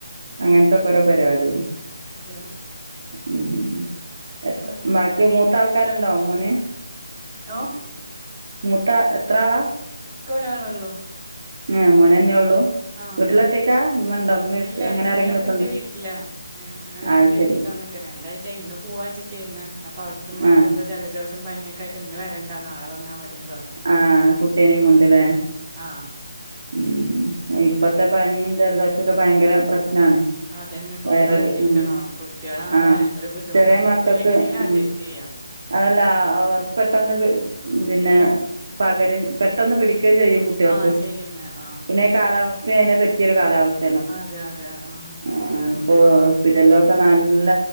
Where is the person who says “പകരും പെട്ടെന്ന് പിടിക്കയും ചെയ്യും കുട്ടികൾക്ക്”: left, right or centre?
Right